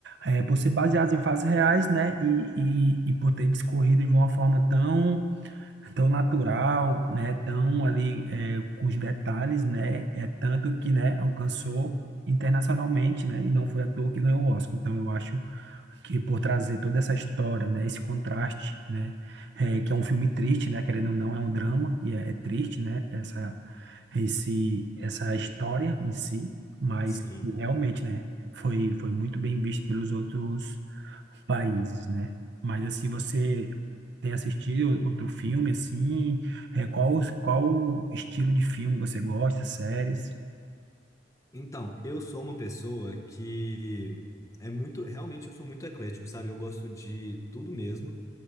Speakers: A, on the right; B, on the left.
A: é, por ser baseado em fatos reais, né? E, e, e por ter discorrido de uma forma tão tão natural, né? Tão ali é, com os detalhes, né? É tanto que, né, alcançou internacionalmente, né? E não foi à toa que ganhou o Oscar. Então, eu acho que por trazer toda essa história, né? Esse contraste, né? é, que é um filme triste, né? Querendo ou não, é um drama e é, é triste, né? Essa, esse, essa história em si, mas
B: Sim.
A: realmente, né? Foi, foi muito bem visto pelos outros países, né? Mas assim, você tem assistido outro filme assim? É, qual qual estilo de filme você gosta? Séries?
B: Então, eu sou uma pessoa que é muito, realmente eu sou muito eclético, sabe? Eu gosto de tudo mesmo,